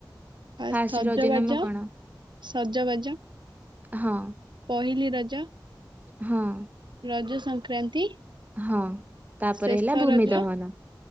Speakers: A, on the right; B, on the right.
A: ଫାଷ୍ଟ
B: ସଜବାଜ
A: ରଜ ନାମ କଣ
B: ସଜବାଜ
A: ହଁ
B: ପହିଲି ର ରଜ
A: ହଁ
B: ରଜ ସଂକ୍ରାନ୍ତି
A: ହଁ ତାପରେ
B: ଶେଷ
A: ହେଲା ଭୂମି
B: ରଜ
A: ଦହନ